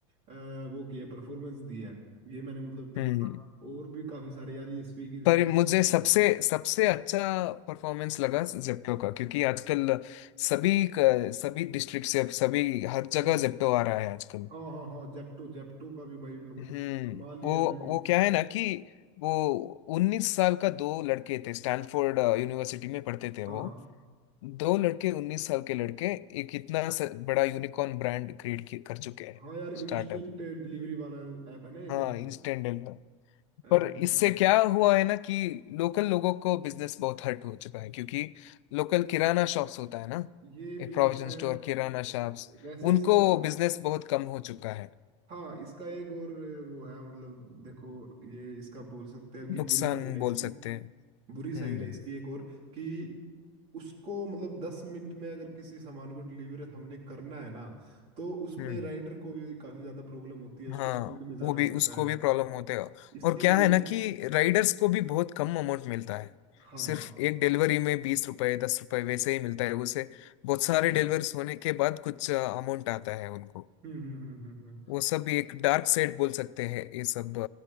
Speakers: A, on the right; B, on the left.
A: अ, वो किया परफॉर्मेंस दिया है ये मैंने मतलब देखा
B: हम्म हम्म।
A: और भी काफी सारे यार ये स्विगी जोमेटो
B: पर मुझे सबसे सबसे अच्छा परफॉर्मेंस लगा जेप्टो का क्योंकि आजकल सभी क- सभी डिस्ट्रिक्ट से अब सभी हर जगह
A: हम्म,
B: जेप्टो आ रहा है आजकल
A: हाँ हाँ हाँ जेप्टो जेप्टो का भी भाई मतलब
B: हम्म
A: कमाल ही
B: वो
A: अलग
B: वो
A: ही
B: क्या है ना कि वो उन्नीस साल का दो लड़के थे स्टैनफोर्ड यूनिवर्सिटी में पढ़ते थे
A: हाँ
B: वो
A: हाँ
B: दो लड़के उन्नीस साल के लड़के एक इतना स- बड़ा यूनिकॉर्न ब्रांड क्रिएट कर चुके हैं
A: हाँ यार इंस्टेंट
B: स्टार्टअप में
A: डिलीवरी वाला ऐप है ना ये
B: हाँ
A: जेप्टो
B: इंस्टेंट डील है
A: अ,
B: पर
A: दस
B: इससे
A: नंबर
B: क्या हुआ है ना कि लोकल लोगों को बिजनेस बहुत हर्ट हो चुका है क्योंकि लोकल किराना शॉप्स होता है ना
A: ये
B: ये
A: भी
B: प्रोविजन
A: है
B: स्टोर
A: अ,
B: किराना शॉप्स
A: वैसे
B: उनको
A: इसका
B: बिजनेस बहुत कम हो चुका है
A: हाँ इसका एक और अ, वो है मतलब देखो ये इसका बोल सकते हैं कि
B: नुकसान
A: बुरी साइड है
B: बोल
A: इसकी
B: सकते हैं
A: बुरी साइड
B: हम्म
A: है इसकी एक और कि उसको मतलब दस मिनट में अगर किसी सामान को डिलीवर हमने करना है ना तो उसमें
B: हम्म
A: राइडर को भी काफी ज्यादा प्रॉब्लम होती है उसको
B: हाँ
A: स्पीड में जाना
B: वो भी
A: पड़ता
B: उसको भी
A: है
B: प्रॉब्लम होते हैं
A: इसकी
B: और क्या
A: वजह
B: है ना
A: से
B: कि राइडर्स को भी बहुत कम अमाउंट मिलता है
A: हाँ
B: सिर्फ एक डिलीवरी में बीस रुपए दस रुपए वैसे ही मिलता है उसे बहुत सारे डिलीवर्स होने के बाद कुछ अमाउंट आता है उनको
A: हम्म हम्म हम्म हम्म हम्म।
B: वो सब एक डार्क साइड बोल सकते हैं ये सब